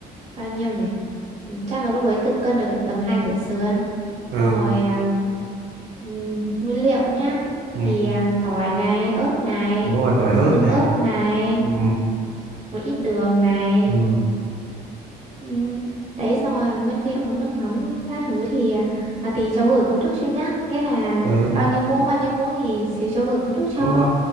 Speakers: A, on the right; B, on the right.
A: bao nhiêu nhỉ Ừ, chắc là lúc ấy tự cân được tầm 2 dẻ sườn
B: ừ,
A: xong rồi à, ừm, nguyên liệu nhá
B: ừ
A: thì à, tỏi này ớt này
B: đúng rồi tỏi
A: rồi
B: ớt
A: tương
B: này
A: ớt này
B: ừ
A: một ít đường này
B: ừ
A: ừm, đấy xong rồi nguyên liệu nước mắm các thứ thì à, à, tí cháu gửi công thức cho nhá nghĩa là
B: ừ
A: bao nhiêu muỗng bao nhiêu muỗng thì xíu cháu gửi công thức cho
B: đúng rồi